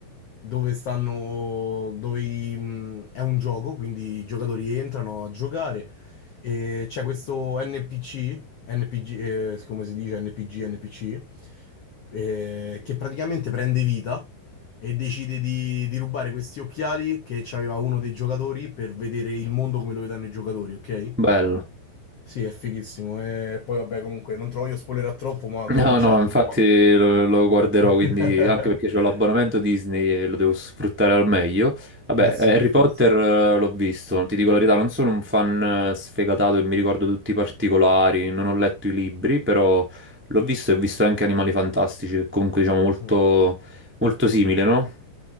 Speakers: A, on the left; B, on the right.
A: Dove stanno, dove i- mh, è un gioco, quindi i giocatori entrano a giocare e c'è questo NPC, NPG, eh, come si dice NPG, NPC, eh, che praticamente prende vita e decide di, di rubare questi occhiali che aveva uno dei giocatori per vedere il mondo come lo vedono i giocatori, ok?
B: Bello.
A: Sì, è fighissimo. E poi, vabbè, comunque, non te lo voglio spoilerare troppo, ma comincia
B: No, no,
A: tutto
B: infatti
A: quanto.
B: lo, lo guarderò,
A: <laughs>
B: quindi anche perché ho l'abbonamento Disney e lo devo sfruttare al meglio. Vabbè,
A: Eh sì,
B: eh, Harry
A: per forza.
B: Potter eh, l'ho visto, ti dico la verità, non sono un fan eh, sfegatato e mi ricordo tutti i particolari, non ho letto i libri, però l'ho visto e ho visto anche Animali Fantastici, che comunque diciamo molto,
A: Mm.
B: molto simile, no?